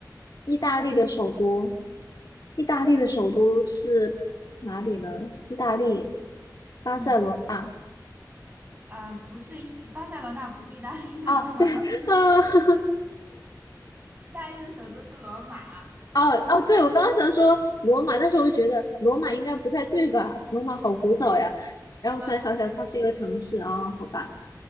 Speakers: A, on the left; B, on the right.
A: 意大利的首都。意大利的首都是哪里呢？
B: 嗯
A: 意大利，巴塞罗那。
B: 嗯，啊，不是意巴塞罗那，不是意大利的，
A: 啊啊
B: <laughs>
A: <laughs>
B: 意大利的首都是罗马。
A: 哦哦，对，我刚刚想说罗马，但是我就觉得罗马应该不太对吧？罗马好古早呀。然后突然想起来，
B: 嗯，没关
A: 它是一个城市啊、哦好吧。